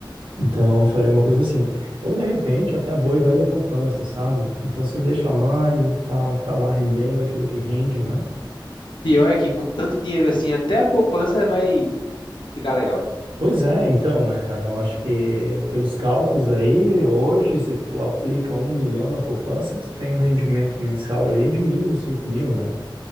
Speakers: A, on the right; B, on the left.
A: Então eu faria uma coisa assim. Ou de repente até a boa e velha poupança, sabe? Então você deixa lá e tá, tá lá rendendo aquilo que rende, né?
B: Pior é que com tanto dinheiro assim, até a poupança vai ficar legal.
A: Pois é, então, né, cara? Eu acho que pelos cálculos aí, hoje, se tu aplica um milhão na poupança, tu tem um rendimento mensal ali de mínimo 5 mil, né?